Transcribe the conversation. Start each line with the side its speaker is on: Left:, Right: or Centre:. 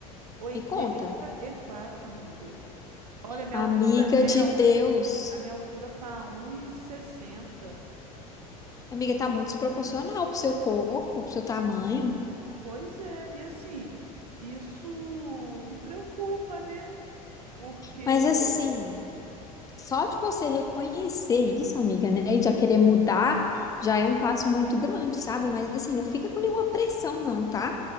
Right: 84,
Left: me conta.
Right: amiga. Olha, a minha
Left: Amiga
Right: altura
Left: de
Right: é um
Left: Deus.
Right: a minha altura tá um 1,60.
Left: Amiga, tá muito desproporcional pro seu corpo, pro seu tamanho.
Right: Pois é, e assim, isso me preocupa, né? Porque,
Left: Mas assim, só de você reconhecer isso, amiga, né, e já querer mudar, já é um passo muito grande, sabe? Mas assim, não fica com nenhuma pressão, não, tá?